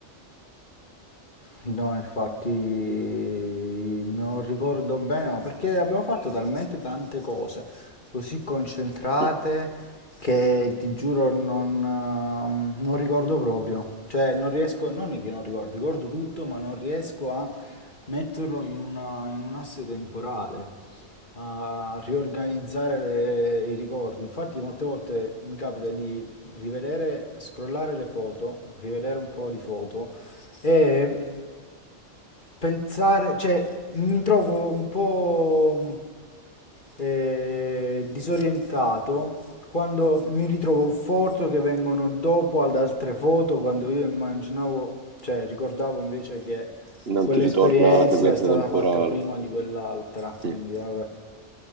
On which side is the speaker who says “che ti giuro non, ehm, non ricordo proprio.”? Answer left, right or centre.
Left